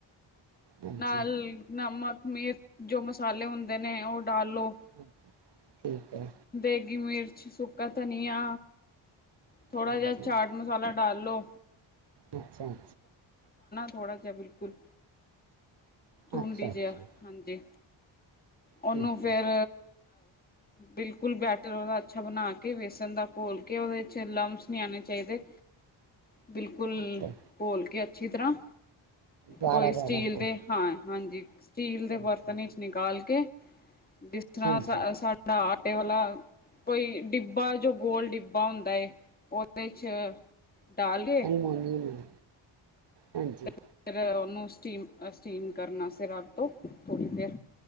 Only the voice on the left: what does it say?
ਨਾਲ ਨਮਕ ਮੀਰਚ ਜੋ ਮਸਾਲੇ ਹੁੰਦੇ ਨੇ ਉਹ ਡਾਲ ਲੋ
ਦੇਗੀ ਮੀਰਚ ਅੱਛਾ ਸੁੱਕਾ ਧਨੀਆ ਥੋੜਾ
ਜਿਹਾ ਚਾਟ ਮਸਾਲਾ ਡਾਲ ਲੋ
ਥੋੜ੍ਹਾ ਜਿਹਾ ਬਿਲਕੁਲ ਚੂੰਡੀ
ਜਿਹਾ
ਹਾਂਜੀ ਉਹਨੂੰ
ਫੇਰ
ਬਿਲਕੁਲ ਬੈਟਰ ਉਹਦਾ ਅੱਛਾ ਬਣਾ ਕੇ ਬੇਸਨ ਦਾ ਘੋਲ ਕੇ ਉਹਦੇ ਚ ਲਮਸ ਨਹੀ ਆਉਣੇ ਚਾਹੀਦੇ ਬਿਲਕੁਲ
ਘੋਲ ਕੇ ਅੱਛੀ ਤਰ੍ਹਾਂ
ਕੋਈ
ਸਟੀਲ
ਦੇ ਹਾਂ ਹਾਂਜੀ ਸਟੀਲ ਦੇ
ਬਰਤਨ ਵਿੱਚ ਨਿਕਾਲ ਕੇ ਜਿਸ ਤਰ੍ਹਾਂ
ਸਾਡਾ ਟੇ ਵਾਲਾ ਕੋਈ ਡਿੱਬਾ ਜੋ ਗੋਲ ਡਿੱਬਾ ਹੁੰਦਾ ਉਹਦੇ ਚ ਡਾਲ ਕੇ
ਤੇ ਫਿਰ ਉਹਨੂੰ ਸਟੀਮ-ਸਟੀਮ ਕਰਨ ਵਾਸ ਰੱਬ ਤੋਂ ਥੋੜ੍ਹੀ ਦੇਰ,